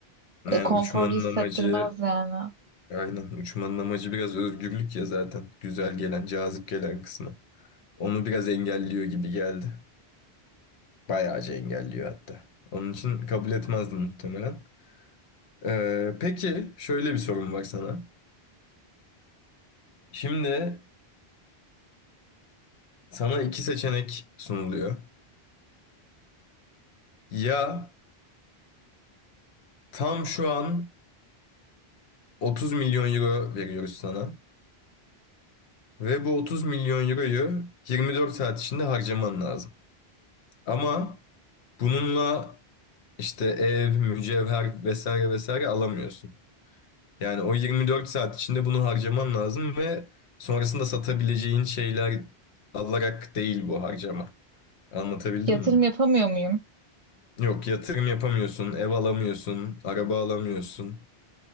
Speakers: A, on the left (about 85°); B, on the right (about 40°).
A: Yani
B: E, konforlu
A: uçmanın
B: hissettirmez
A: amacı,
B: yani.
A: aynen uçmanın amacı biraz özgürlük ya zaten. Güzel gelen, cazip gelen kısmı. Onu biraz engelliyor gibi geldi. Bayağıca engelliyor hatta. Onun için kabul etmezdim muhtemelen. Ee, peki şöyle bir sorum var sana. Şimdi sana iki seçenek sunuluyor. Ya tam şu an 30 milyon euro veriyoruz sana. Ve bu 30 milyon euroyu 24 saat içinde harcaman lazım. Ama bununla işte ev, mücevher vesaire vesaire alamıyorsun. Yani o 24 saat içinde bunu harcaman lazım ve sonrasında satabileceğin şeyler alarak değil bu harcama. Anlatabildim
B: Yatırım
A: mi?
B: yapamıyor muyum?
A: Yok yatırım yapamıyorsun, ev alamıyorsun, araba alamıyorsun.